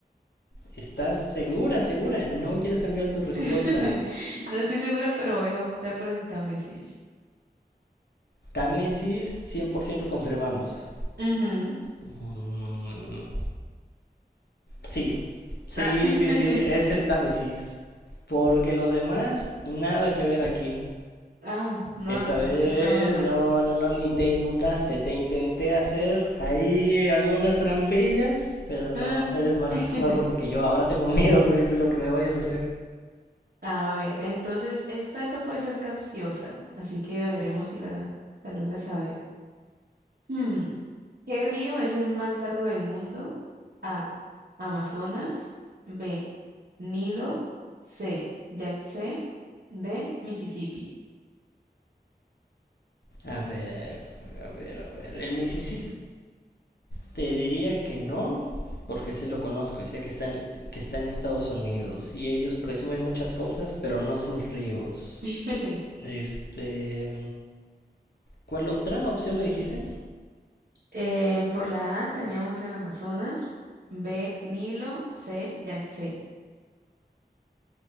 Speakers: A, on the left; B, on the right.
A: ¿Estás segura, segura? ¿No quieres cambiar tu respuesta?
B: <laughs> No estoy segura, pero voy a optar por el Támesis.
A: Támesis, 100% confirmamos.
B: Ujú.
A: Mm, sí, sí,
B: Ah. <laughs>
A: sí, sí, es el Támesis. Porque los demás, nada que ver aquí.
B: Ah, no,
A: Esta
B: entonces
A: vez,
B: yo estaba mal.
A: no, no, no, ni te inmutaste. Te intenté hacer ahí algunas trampillas, pero no,
B: Ah.
A: eres más,
B: <laughs>
A: más fuerte que yo. Ahora tengo <laughs> miedo de lo que me vayas a hacer.
B: A ver, entonces esta, esta puede ser capciosa, así que veremos si la, la logras saber. Hmm, ¿Qué río es el más largo del mundo? A. Amazonas. B. Nilo. C. Yangtze. D. Mississippi.
A: A ver, a ver, a ver. El Mississippi Te diría que no, porque se lo conozco y sé que está, en, que está en Estados Unidos y ellos presumen muchas cosas, pero no sus ríos.
B: <laughs>
A: Este, ¿cuál otra opción me dijiste?
B: Em, por la A teníamos el Amazonas, B, Nilo, C, Yangtze.